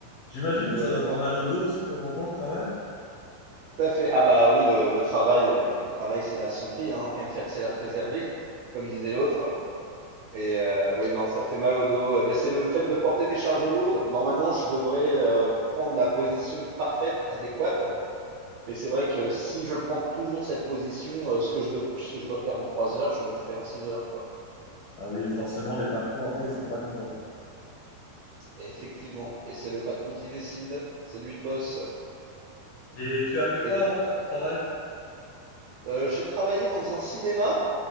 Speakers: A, on the left; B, on the right.
A: J'imagine
B: Très
A: que
B: moyennement.
A: ça doit faire mal au dos aussi de temps en temps le travail.
B: Tout à fait. Ah bah oui, le, le travail, euh, le travail, c'est la santé, hein. Rien faire, c'est la préserver, comme disait l'autre. Et euh, oui, non, ça fait mal au dos. Eh ben, c'est le fait de porter des charges lourdes. Normalement, je devrais euh, prendre la position parfaite, adéquate. Mais c'est vrai que si je prends toujours cette position, euh, ce que je dois, ce que je dois faire en trois heures, je le ferai en six heures, quoi.
A: Ah oui, forcément, les patrons après ils sont pas contents.
B: Et effectivement. Et c'est le patron qui décide. C'est lui le boss.
A: Et tu as fait quoi
B: Et tout-
A: avant comme travail?
B: euh, j'ai travaillé dans un cinéma.